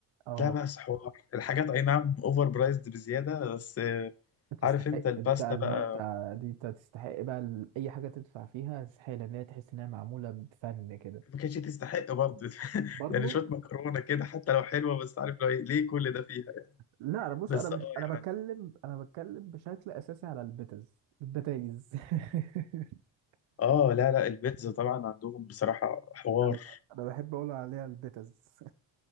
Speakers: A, on the right; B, on the left.
A: آه،
B: لا بس حوار الحاجات أي نعم أوفر برايزد بزيادة بس آه
A: بتستحق
B: عارف أنت الباستا
A: دي بقى اللي
B: بقى
A: هو تع- دي انت تستحق بقى ال- اي حاجة تدفع فيها تستحق لان هي تحس انها معمولة بفن كده
B: ما كانتش تستحق برضه <laughs>
A: برضه
B: يعني شوية مكرونة كده حتى لو حلوة بس عارف لو إيه، ليه كل ده فيها يعني
A: لا انا بص
B: بس
A: انا مش
B: اه
A: انا
B: يعني
A: بتكلم انا بتكلم بشكل اساسي على البتز البتايز <laughs>
B: اه لا لا البيتزا طبعا عندهم بصراحة حوار
A: انا انا بحب اقول عليها البتز